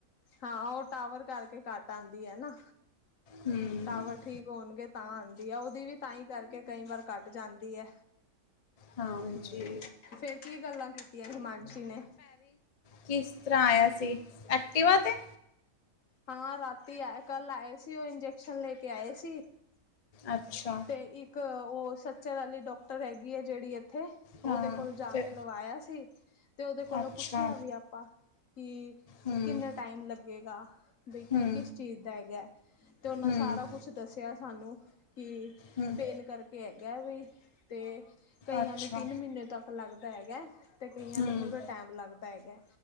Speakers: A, on the left; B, on the left.
A: ਹਾਂ ਉਹ ਟਾਵਰ ਕਰਕੇ ਘੱਟ ਆਂਦੀ ਏ ਨਾ
B: ਹੂੰ,
A: ਟਾਵਰ ਠੀਕ ਹੋਣਗੇ। ਤਾਂ ਆਂਦੀ ਐ ਉਹਦੀ ਵੀ ਤਾਂਹੀ ਕਰਕੇ ਕਈ ਵਾਰ ਕੱਟ ਜਾਂਦੀ ਐ।
B: ਹਾਂਜੀ।
A: ਹੂੰ ਫੇਰ ਕੀ ਗੱਲਾਂ ਕੀਤੀਆਂ ਹਿਮਾਂਸ਼ੀ ਨੇ
B: ਕਿਸਤਰ੍ਹਾਂ ਆਯਾ ਸੀ? ਅਕਟਿਵਾ ਤੇ-
A: ਹਾਂ ਰਾਤੀ ਆਯੇ ਕੱਲ ਆਯੇ ਸੀ ਉਹ ਇਨਫੈਕਸ਼ਨ ਲੈ ਕੇ ਆਯੇ ਸੀ।
B: ਅੱਛਾ।
A: ਤੇ ਇੱਕ ਉਹ ਸੱਚਰ ਵਾਲੀ ਡੋਕਟਰ ਹੈਗੀ ਹੈ ਜਿਹੜੀ ਇੱਕ- ਥੇ ਉਹਦੇ
B: ਹਾਂ
A: ਕੋਲ ਜਾ
B: ਤੇ
A: ਕੇ ਲਵਾਇਆ ਸੀ ਤੇ ਉਹਦੇ ਕੋਲੋਂ
B: ਅੱਛਾ,
A: ਪੁੱਛਿਆ ਵੀ ਆਪਾਂ- ਕਿ
B: ਹੂੰ,
A: ਕਿੰਨਾ ਟਾਇਮ ਲੱਗੇਗਾ? ਬਈ ਕੀ
B: ਹੂੰ,
A: ਕਿਸ ਚੀਜ਼ ਦਾ ਹੈਗਾ ਹੈ, ਤੇ ਉਹਨਾਂ
B: ਹੂੰ,
A: ਸਾਰਾ ਕੁੱਛ ਦਸਯਾ ਸਾਨੂੰ। ਕਿ
B: ਹੂੰ,
A: ਪੇਨ ਕਰਕੇ ਹੈਗਾ ਵੀ ਤੇ ਕਈਆਂ
B: ਅੱਛਾ,
A: ਨੂੰ ਤਿੰਨ ਮਹੀਨੇ ਤੱਕ ਲੱਗ ਦਾ ਹੈਗਾ ਤੇ ਕਈਆਂ
B: ਹੂੰ,
A: ਨੂੰ ਪੂਰਾ ਟੈਮ ਲੱਗਦਾ ਹੈਗਾ।